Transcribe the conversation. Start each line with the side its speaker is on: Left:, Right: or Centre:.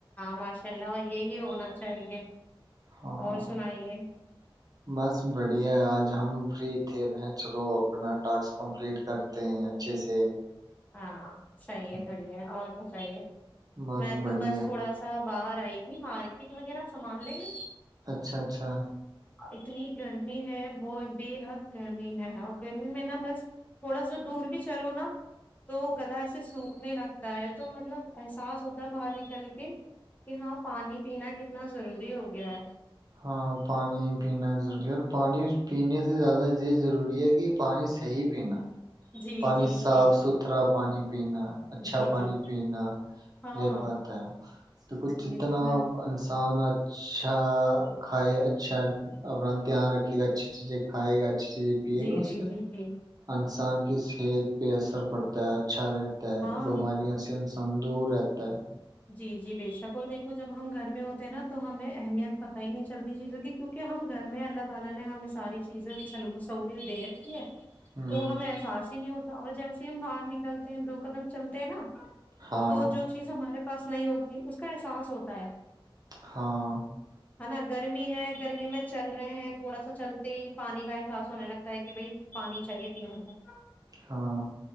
Left: ماشاء اللہ یہی ہنا چاہیے
Right: ہاں
Left: اور سنائیے
Right: بس بڑھیا ہے آج ہم فری تھے میں چلو اپنا ٹاسک کمپلیٹ کرتے ہیں اچھے سے
Left: ہاں صحیح
Right: ہوں،
Left: ہے بڑھیا ہے اور بھی صحیح ہے
Right: بس
Left: میں
Right: بڑھیا
Left: تو بس تھوڑا سا باہر آئی تھی مارکیٹ وغیرہ سامان لنے
Right: اچھا اچھا
Left: اتنی گرمی ہے وہ بے حد گرمی ہے اور گرمی میں نا بس تھوڑا سا دور بھی چلو نا تو گلا ایسے سوکھنے لگتا ہے تو مطلب احساس ہوتا ہے باہر نکل کے کہ ہاں پانی پینا کتنا ضروری ہو گیا ہے
Right: ہاں پانی پینا ضروری ہے اور پانی پینے سے زیادہ یہ ضروری ہے کہ پانی صحی پینا
Left: جی
Right: پانی
Left: جی
Right: صاف
Left: جی
Right: ستھرا
Left: جی
Right: پانی پینا اچھا
Left: جی
Right: پانی
Left: جی
Right: پینا
Left: ہاں
Right: یہ بات ہے دیکھو جتنا
Left: یہ تو ہے
Right: ان انسان اچھا کھائے اچھا اپنا دھیان رکھے گا اچھی چیزیں کھائے گا چیز پیے
Left: جی
Right: گا اس
Left: جی
Right: سے
Left: جی جی
Right: انسان کی صحت پہ اثر پڑتا ہے اچھا رہتا ہے
Left: ہاں
Right: بیمارییا سے انسان دور رہتا ہے
Left: جی جی بے شک اور دیکھو جب ہم گھر میں ہوتے ہیں نا تو ہمیں اہمیت پتہ ہی نہیں چلتی چیزوں کی کیونوںہ ہم گھر میں اللہ تعالی نے ہمیں ساری چیزوں کی سہلیت دے رکھی ہے
Right: ہوں
Left: تو ہمیں احساس ہی نہیں ہوتا اور جیس ہی ہم باہر نکلتے ہیں دو قدم چلتے ہیں نا
Right: ہاں
Left: تو جو چیز ہمارے پس نہیں ہوتی اس کا احساس ہوتا ہے
Right: ہاں
Left: ہے نا گرمی ہے گرمی میں چل رہے ہیں تھوڑا سا چلتے ہی پانی کا احساس ہونے لگتا ہے کہ بھائی پانی چاہیے پینے کا
Right: ہاں